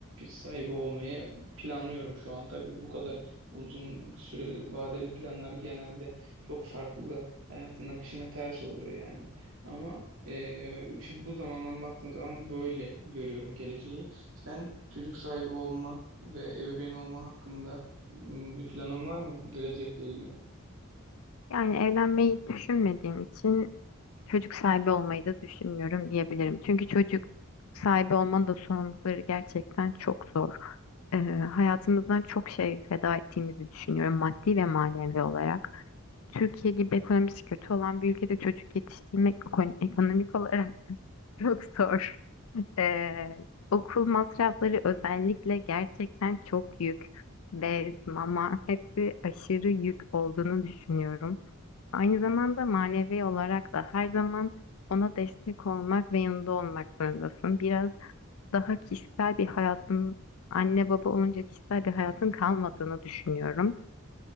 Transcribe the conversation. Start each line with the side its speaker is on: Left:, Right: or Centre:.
Right: sahibi olmayı planlıyorum şu an. Tabii bu kadar uzun süreli vadeli planlar genelde çok farklı hayatın akışına ters oluyor yani. Ama e, şimdi bu zamandan baktığım zaman böyle görüyorum geleceği. Sen çocuk sahibi olmak ve ebeveyn olma hakkında m, bir planın var mı gelecekle ilgili?
Left: Yani evlenmeyi düşünmediğim için çocuk sahibi olmayı da düşünmüyorum diyebilirim. Çünkü çocuk sahibi olmanın da sorumlulukları gerçekten çok zor. Ee, hayatımızdan çok şey feda ettiğimizi düşünüyorum maddi ve manevi olarak. Türkiye gibi ekonomisi kötü olan bir ülkede çocuk yetiştirmek ekon- ekonomik olarak <laughs> çok zor. Ee, okul masrafları özellikle gerçekten çok yük. Bez, mama hepsi aşırı yük olduğunu düşünüyorum. Aynı zamanda manevi olarak da her zaman ona destek olmak ve yanında olmak zorundasın. Biraz daha kişisel bir hayatın, anne baba olunca kişisel bir hayatın kalmadığını düşünüyorum.